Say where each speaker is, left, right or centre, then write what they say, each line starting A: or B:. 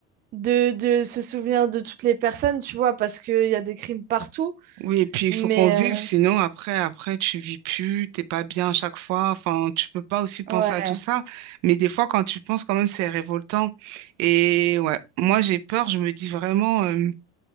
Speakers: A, on the right (about 30°); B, on the right (about 60°).
A: de, de se souvenir de toutes les personnes, tu vois, parce qu'il y a des crimes partout.
B: Oui, et puis il
A: Mais
B: faut qu'on vive, sinon
A: euh,
B: après, après, tu vis plus, t'es pas bien à chaque fois. Enfin, tu peux pas aussi penser
A: ouais,
B: à tout ça. Mais des fois, quand tu penses, quand même, c'est révoltant. Et ouais, moi j'ai peur. Je me dis vraiment. euh,